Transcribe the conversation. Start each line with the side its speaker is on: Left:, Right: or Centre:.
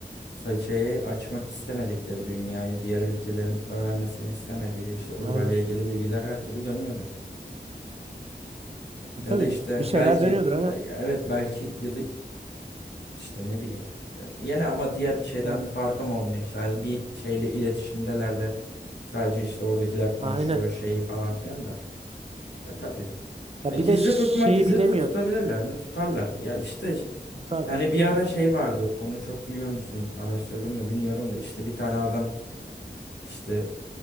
Left: Saçayı açmak istemedikleri dünyaya, diğer ülkelerin öğrenmesini istemediği işte uzayla
Right: Aynen.
Left: ilgili bilgiler her türlü dönüyordur.
Right: Ya tabii
Left: Ya da işte
Right: bir şeyler
Left: belki
Right: dönüyordur ama
Left: e, ya evet belki ya da işte ne bileyim. E, Yine ama diğer bir şeyden
Right: ya
Left: bir farkım olmuyor işte. Hani bir şeyle iletişimdeler de sadece işte oradakiler konuşuyor
Right: aynen.
Left: şeyi falan filan da. E tabii.
Right: Ya
Left: E, gizli
Right: bir de şeyi
Left: tutma gizli
Right: bilemiyorsun.
Left: de tutabilirler mi? Tutarlar. Ya işte
Right: Tutar mı?
Left: hani bir ara şey vardı. Onu çok biliyor musun? Araştırdın mı bilmiyorum da işte bir tane adam işte